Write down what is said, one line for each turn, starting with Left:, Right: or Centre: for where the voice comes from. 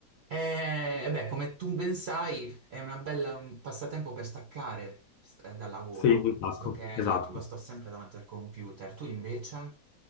Right: E, e beh, come tu ben sai, è una bella, un passatempo per staccare s- eh, dal lavoro,
Left: Sì, un sacco,
Right: visto che
Left: esatto.
Right: io tipo sto sempre davanti al computer, tu invece?